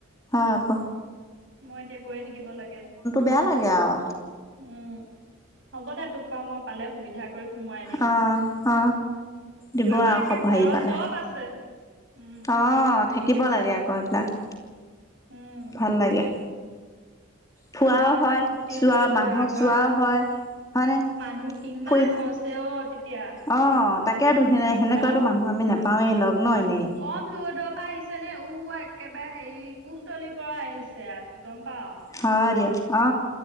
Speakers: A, on the left (about 15°); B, on the right (about 65°).
A: অ ক?
B: মই এতিয়া গৈয়ে থাকিব লাগে,
A: বেয়া লাগে আৰু
B: উম হ'ব দে তোক বা মই পালে সুবিধা কৰি সোমোৱাই দিম
A: অ, অ দিব
B: আমাৰ
A: আৰু
B: একে
A: খব
B: ঘৰৰ
A: হেৰি পালে
B: চব আছে উম
A: অ থা কিব লাগে আকৌ এইবিলাক।
B: উম
A: ভাল লাগে। ফুৰাও
B: মানুহ এটা
A: হয়
B: ফুৰ্তিও
A: চোৱা
B: হয়
A: মানুহক
B: যোৱা কোৱা,
A: চোৱাও হয় হয়নে
B: মানুহ কিমান
A: ফুৰি
B: হৈছে অ। তেতিয়া
A: অ তাকেটো সে সেনেকুৱাতো
B: কম
A: মানুহ আমি নোপাৱেই লগ ন এনে।
B: কম দূৰৰ দূৰৰ পৰা আহিছে নে উ একেবাৰে হেৰি কুকতলিৰ পৰা আহিছ ছেয়াত গম পাও
A: হ দিয়া। অ।